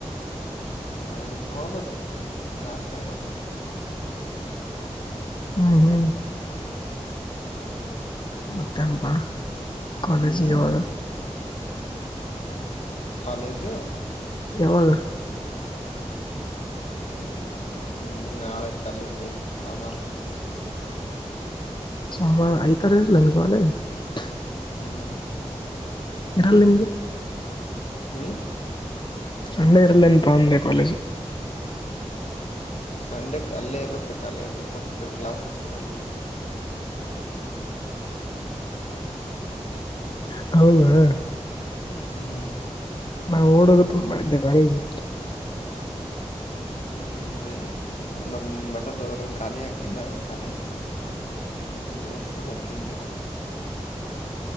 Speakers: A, on the left; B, on the left.
A: ಹಾ ಈಗ್ ನೋಡ್ಬೇಕು ಬ್ಯಾಸ್ರಾಗತೈತಿ.
B: ಹ್ಮ್ ಹ್ಮ್. ಮತ್ತೆನ್ಪಾ ಕಾಲೇಜಿ
A: ಹ್ಮ್
B: ಯವಾಗ.
A: ಕಾಲೇಜೂ.
B: ಯವಾಗ.
A: ಹ್ಮ್ ನಾಳೆ ಕಾಲ್ಲೇಜ್ ಬೈ ಸೋಮಾರ.
B: ಸೋಮಾರು ಐ ತಾರ ಇಲನ್. <unintelligible>
A: ಹ್ಮ್.
B: ಇರಲ್ಲ್ ನಿಮ್ದು.
A: ಹ್ಮ್.
B: ಶಂಡೆ ಇರಲ್ ಏನ್ಪಾ ಅಂದೆ ಕಾಲೇಜು.
A: ಸಂಡೆಕ್ ಅಲ್ಲೇ ಇರುತ್ತೆ ಕಾಲೇಜು ಬಟ್ಟ್ ಕ್ಲಾಸಸ್ ಇರಲ್ಲ. <inaudible> <inaudible>
B: ಹ್ ಹೌದಾ.
A: ಹ್ಮ್
B: ನಾವು ಓಡೋಗ ತಂದ್ ಮಾಡಿದ್ದೆ ಕಾಲೇಜು.
A: ಹ್ಮ್ ಬೈ ನಮ್ಮ್ ಮಠದವ್ರು ಗಾಲಿ ಹಾಕಿಲ್ಲ ಕಾಲೇಜಿ. ಹಾಕಿದ್ರ್ ಓರ್ಸ್ಕೊಂಡು ಅಕಿದ್ದೆ.